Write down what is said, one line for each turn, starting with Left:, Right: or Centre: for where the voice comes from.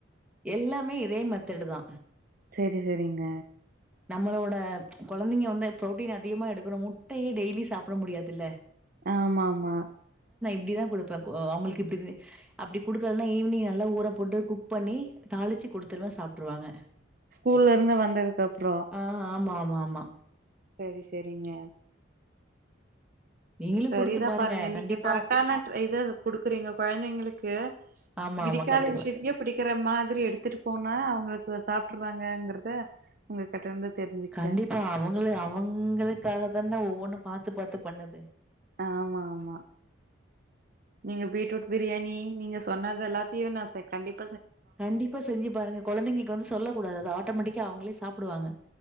Centre: எல்லாமே இதே மெத்தேடுதா
Right: செரி செரிங்க
Centre: நம்மளோட கொழந்தைங்க வந்து புரோட்டீன் அதிகமா எடுக்கணு முட்டையே டெய்லி சாப்பிட முடியாதுல்ல
Right: ஆமா ஆமா
Centre: ப்டிதா குடுப்பே கோ அவங்களுக்கு இப்படி அப்படி குடுக்கலனா ஈவினிங் நல்லா ஊறப் போட்டு குக் பண்ணி தாளிச்சு குடுத்துருவே சாப்ட்ருவாங்க
Right: ஸ்கூல்ல இருந்து வந்ததுக்கு அப்ற
Centre: ஆ ஆமா ஆமா ஆமா
Right: செரி செரிங்க
Centre: நீங்களும்
Right: சரிதா
Centre: குடுத்து
Right: பாருங்க நீங்க
Centre: கண்டிப்பா
Right: கரெக்டான இத குடுக்கறிங்க கொழந்தைங்களுக் கு
Centre: ஆமா
Right: பிடிக்காத
Centre: ஆமா கண்டிப்பா
Right: விஷயத்தயே பிடிக்கிற மாதிரி எடுத்துட்டு போனா அவங்களுக்கு இவ்ளோ சாப்ட்டுர்ராங்கங்கிறத உங்ககிட்ட இருந்து தெரிஞ்சுக்கிட்டே
Centre: கண்டிப்பா அவங்கள அவங்களுக்காக தான ஒவ்வொன்னு பாத்து பாத்து பண்ணது
Right: ஆமா ஆமா நீங்க பீட்ரூட் பிரியாணி நீங்க சொன்னதெல்லாத்தயு நா செ கண்டிப்
Centre: கண்டிப்பா செஞ்சி பாருங்க கொழந்தைகளுக்கு வந்து சொல்லக்கூடாது அது ஆட்டோமேட்டிக்கா அவுங்களே சாப்டுவாங்க